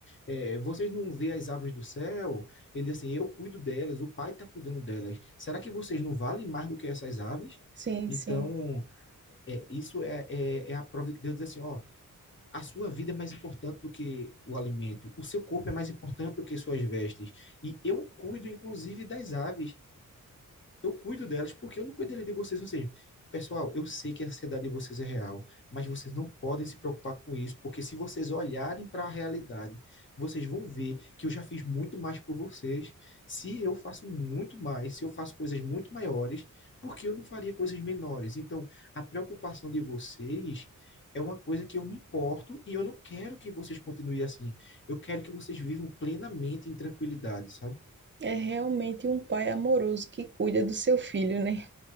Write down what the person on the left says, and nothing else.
é, vocês não vê as aves do céu? Ele diz assim, eu cuido delas, o pai está cuidando delas. Será que vocês não valem mais do que essas aves?
Então,
é, isso é, é, é a prova de que Deus diz assim, ó, a sua vida é mais importante do que o alimento, o seu corpo é mais importante do que suas vestes. E eu cuido, inclusive, das aves eu cuido delas porque eu não cuidaria de vocês. Ou seja, pessoal, eu sei que a ansiedade de vocês é real, mas vocês não podem se preocupar com isso, porque se vocês olharem para a realidade, vocês vão ver que eu já fiz muito mais por vocês. Se eu faço muito mais, se eu faço coisas muito maiores, por que eu não faria coisas menores? Então, a preocupação de vocês é uma coisa que eu me importo e eu não quero que vocês continuem assim. Eu quero que vocês vivam plenamente em tranquilidade, sabe?